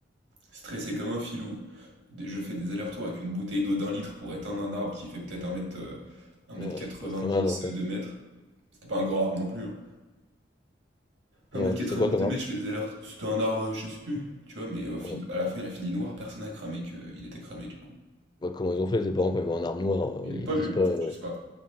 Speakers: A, on the right; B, on the left.
A: Stressé comme un filou, des- je fais des allers-retours avec une bouteille d'eau d'un litre pour éteindre un arbre qui fait peut-être un mètre, euh, 1m90,
B: Ouais, pas très mal, en fait.
A: euh, 2 mètres. C'était pas un grand arbre non plus. hein. un
B: Ouais,
A: mètre quatre-vingt-dix
B: c'était quoi comme
A: 2 mètres,
B: arme?
A: je fais des allers-retours. C'était un arbre, euh, je sais plus, tu vois, mais au fin-
B: Ouais.
A: à la fin, il a fini noir, personne n'a cramé qu'il était cramé du coup.
B: Bah, comment ils ont fait, les parents, quand ils voient un arme noire,
A: Ils
B: heu,
A: n'ont
B: ils
A: pas
B: se
A: vu,
B: disent pas, heu
A: je sais pas.